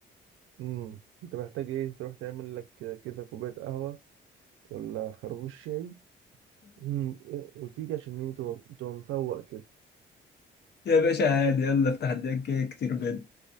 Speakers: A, on the right; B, on the left.
A: امم انت محتاج ايه تروح تعمل لك كده كوبايه قهوه ولا خربوش شاي مم. وتيجي عشان ايه تبقى تبقى مفوق كده
B: يا باشا عادي يلا افتح الدنيا كده كتير بيض